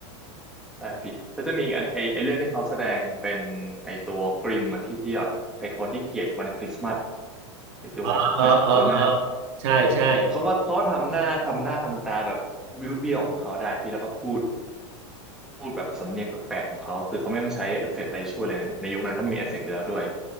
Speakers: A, in the centre; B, on the right.
A: ใช่พี่แล้วจะมีอกอันไอไอเรื่องที่เขาแสดงเป็นไอตัวกริมอะพี่ที่แบบไอคนที่เกลียดวันคริสต์มาสไอตัวหน้าตัวหน้า
B: อ๋ออ๋ออ๋ออ๋อใช่ใช่
A: เขาก็เขาทำหน้าทำหน้าทำตาแบบวิวเบี้ยวๆของเขาได้พี่แล้วก็พูดพูดแบบสำเนียงแปลกๆของเขาคือเขาไม่ต้องใช้เอฟเฟกต์อะไรช่วยเลยนะในยุคนั้นก็ไม่มีเอฟเฟกต์อยู่แล้วด้วย